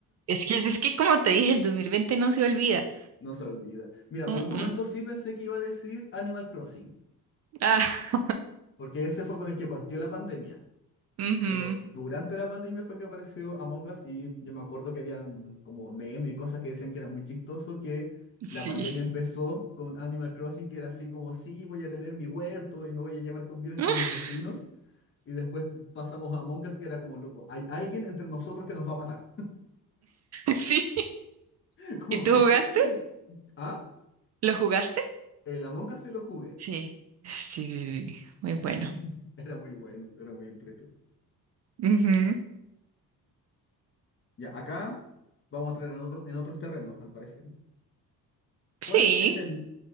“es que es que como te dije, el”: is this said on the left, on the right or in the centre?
Right